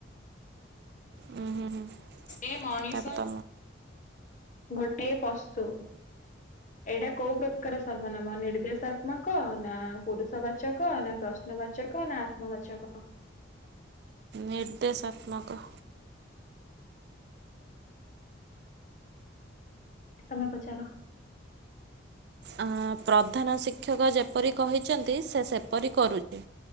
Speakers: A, on the right; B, on the left.
A: ହୁଁ ହୁଁ ହୁଁ।
B: ଏ ମଣିଷ
A: ତାପରେ ତମ
B: ଗୋଟେ ପଶୁ। ଏଇଟା କୋଉ ପ୍ରକାର ସର୍ବନାମ ନିର୍ଦ୍ଦେଶାତ୍ମକ ନା ପୁରୁଷବାଚକ ନା ପ୍ର ଶ୍ନବାଚକ ନା ଆତ୍ମବାଚକ?
A: ନିର୍ଦ୍ଦେଶାତ୍ମକ।
B: ଏ ତମେ ପଚାର।
A: ଆଁ ପ୍ରଧାନ ଶିକ୍ଷକ ଯେପରି କହିଛନ୍ତି ସେ ସେପରି କରୁଛି।